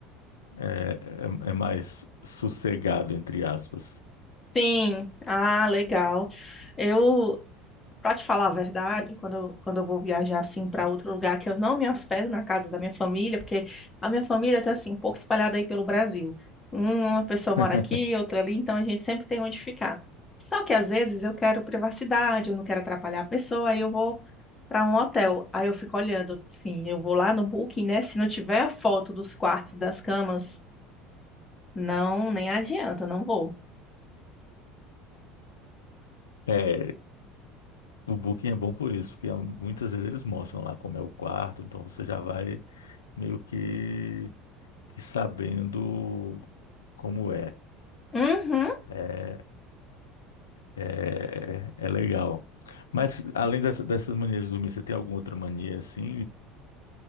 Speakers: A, on the left (about 80°); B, on the left (about 20°).
A: É, é, é mais sossegado, entre aspas.
B: Sim, ah, legal. Eu, pra te falar a verdade, quando eu, quando eu vou viajar assim para outro lugar que eu não me hospedo na casa da minha família, porque a minha família tá assim, um pouco espalhada aí pelo Brasil. Uma pessoa mora
A: <laughs>
B: aqui, outra ali, então a gente sempre tem onde ficar. Só que às vezes eu quero privacidade, eu não quero atrapalhar a pessoa, aí eu vou para um hotel. Aí eu fico olhando, sim, eu vou lá no Booking, né? Se não tiver a foto dos quartos, das camas, não, nem adianta, não vou.
A: É, o Booking é bom por isso, porque ah, muitas vezes eles mostram lá como é o quarto, então você já vai meio que, que sabendo como é.
B: Uhum.
A: É, é, é legal. Mas além dessa, dessas manias de dormir, você tem alguma outra mania assim